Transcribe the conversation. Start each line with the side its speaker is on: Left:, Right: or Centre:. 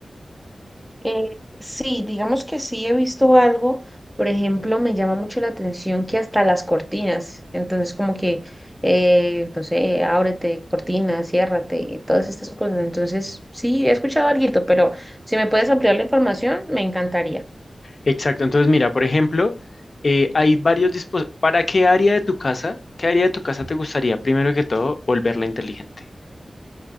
Centre: Eh, sí, digamos que sí he visto algo, por ejemplo, me llama mucho la atención que hasta las cortinas, entonces como que, eh, no sé, ábrete, cortina, ciérrate, todas estas cosas. Entonces sí, he escuchado algo, pero si me puedes ampliar la información, me encantaría.
Left: Exacto. Entonces, mira, por ejemplo, eh, hay varios dispositivos. ¿Para qué área de tu casa? ¿Qué área de tu casa te gustaría, primero que todo, volverla inteligente?